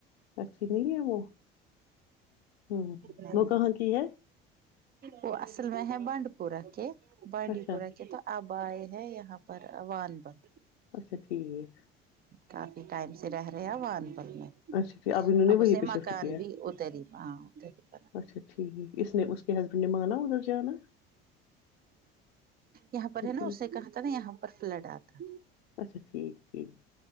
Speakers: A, on the left; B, on the right.
A: اچھی نہیں ہے وہ ہوں
B: نہ
A: وہ
B: نہ
A: کہاں کی ہے
B: وہ اصل میں ہے بانڈی پورہ کے بانڈی
A: اچھا
B: پورہ کے تو اب آئے ہیں یہاں پر عان بل
A: اچھا ٹھیک
B: کافی ٹائم سے رہ رہے وانپل میں
A: اچھا ٹھیک انہوں نے
B: اب اسے
A: وہیں پہ
B: ماکان
A: شفٹ کیا
B: بھی ادھر ہی ہاں ادھر ہی بنا
A: ہے اچھا ٹھیک ہے اس نے اس کے ہسبینڈ نے مانا ادھر جانا
B: یہاں
A: اچھا
B: پر ہے ناں
A: ٹھیک
B: اسے کہا تھا ناں یہاں پر فلڈ آتا
A: اچھا ٹھیک ٹھیک